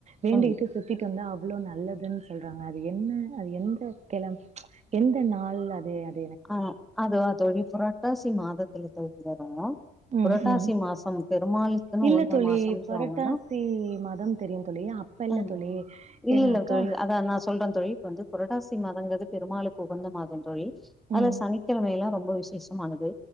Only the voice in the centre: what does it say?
ம்
ஆ அதுவா தோழி புரட்டாசி மாதத்துல தொவங்கி வரு
புரட்டாசி
மாசம் பெருமாளுக்குனு
உகுந்த
மாசம் சொல்வாங்கன்னா
ம்
இல்ல
இல்ல
தோழி அதா நா சொல்ற தோழி இப்ப வந்து புரட்டாசி மாதங்கிறது பெருமாளுக்கு உகுந்த மாதம் தோழி அதுல
சனி கெழமையல்லா ரொம்ப விசேஷமானது